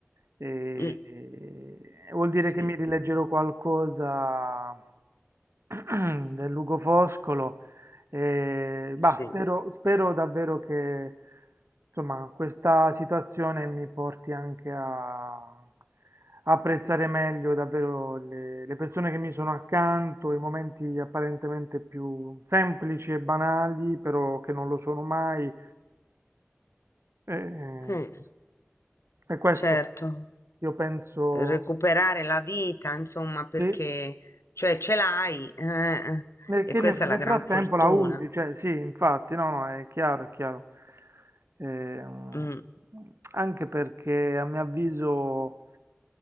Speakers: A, on the right; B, on the left.
A: E,
B: Mm,
A: e vuol dire
B: Sì,
A: che mi rileggerò qualcosa <clears throat> del Lugo Foscolo. E, bah,
B: sì.
A: spero, spero davvero che insomma, questa situazione mi porti anche a apprezzare meglio davvero le, le persone che mi sono accanto, i momenti apparentemente più semplici e banali, però che non lo sono mai. E,
B: Eh,
A: e questo,
B: certo.
A: io penso,
B: recuperare la vita, insomma, perché
A: sì.
B: cioè ce l'hai, eh, eh,
A: Perché
B: e questa
A: nel, nel
B: è la gran
A: frattempo
B: fortuna.
A: la usi, cioè sì, infatti, no, no, è chiaro, è chiaro. Ehm,
B: Mm,
A: anche perché a mio avviso,